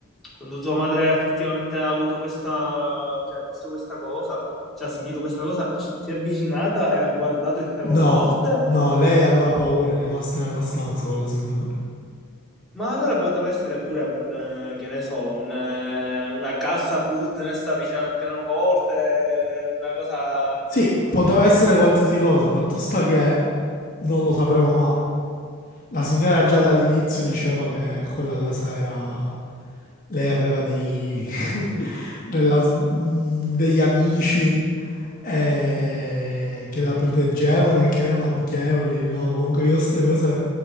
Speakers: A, in the centre; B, on the left.
A: quando tua madre effettivamente ha avuto questa, cioè ha visto questa cosa, cioè ha sentito questa cosa, ci- si è avvicinata e ha guardato il pianoforte,
B: No, no, lei aveva paura, è rimasta nella stanza con la signora.
A: ma allora poteva essere pure un, eh, che ne so, un, eh, una cassa Bluetooth messa vicino al pianoforte, una cosa,
B: Sì, poteva essere qualsiasi cosa, fatto sta che non lo sapremo mai. La signora
A: non ne
B: già
A: so.
B: dall'inizio diceva che quella casa era Lei aveva dei, <laughs> della s- mm, degli amici eh, che la proteggevano e che erano amichevoli, no? Comunque io queste cose